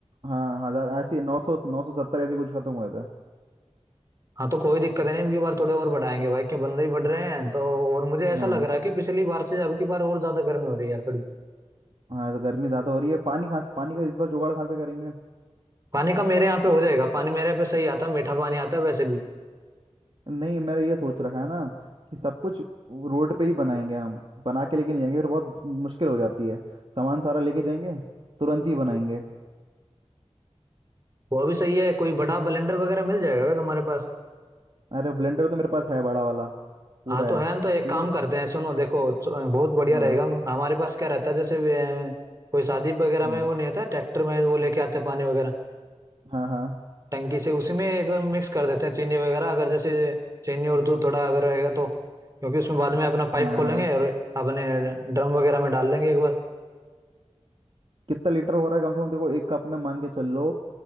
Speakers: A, on the right; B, on the right.
A: हाँ हज़ार ऐसे नौ सौ नौ सौ सत्तर ऐसे कुछ खत्म हुए थे
B: हाँ तो कोई दिक्कत नहीं अबकी बार थोड़े और बढ़ाएंगे भाई क्यों बंदे ही बढ़ रहे हैं तो और मुझे ऐसा
A: हाँ
B: लग रहा है कि पिछली बार से अब की बार और ज्यादा गर्मी हो रही है यार थोड़ी
A: हाँ तो गर्मी ज़्यादा हो रही है पानी कहाँ से पानी का इस बार जुगाड़ कहाँ से करेंगे
B: पानी का मेरे यहाँ पे हो जाएगा पानी मेरे यहाँ पे सही आता मीठा पानी आता है वैसे भी
A: नहीं मेरा ये सोच रखा है ना कि सब कुछ वो रोड पे ही बनाएंगे हम बना के लेके नहीं जाएंगे फिर बहुत मुश्किल हो जाती है सामान सारा लेके जाएंगे तुरंत ही बनाएंगे
B: वो भी सही है कोई बड़ा
A: अब-
B: ब्लेंडर वगैरह मिल जाएगा क्या तुम्हारे पास
A: अरे ब्लेंडर तो मेरे पास है बड़ा वाला पूरा
B: हाँ तो
A: है
B: है न, तो एक
A: ठीक
B: काम
A: है
B: करते हैं सुनो देखो च- अ, बहुत बढ़िया
A: हाँ
B: रहेगा हम- हमारे पास क्या रहता है जैसे अ, कोई शादी वगैरह
A: हम्म,
B: में वो नहीं होता ट्रैक्टर में वो लेके आते हैं पानी वगैरह
A: हाँ हाँ
B: टंकी से उसी में अगर मिक्स कर देते हैं चीनी वगैरह अगर जैसे चीनी और दूध थोड़ा अगर रहेगा तो क्योंकि उसमें बाद में अपना पाइप
A: हाँ
B: खोलेंगे
A: हाँ
B: और अपने ड्रम वगैरह में डाल लेंगे एक बार
A: कितना लीटर हो रहा है कम से कम देखो एक कप में मान के चल लो